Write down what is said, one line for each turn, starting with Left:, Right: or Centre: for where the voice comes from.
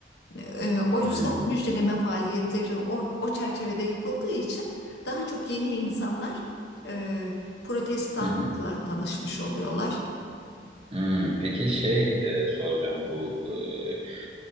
Left: E, O yüzden
Right: hmm,
Left: müjdeleme faaliyetleri o, o çerçevede yapıldığı için daha çok yeni insanlar e, protestanlıkla
Right: hı hı,
Left: tanışmış oluyorlar.
Right: hmm. Peki şey e, soracağım bu e,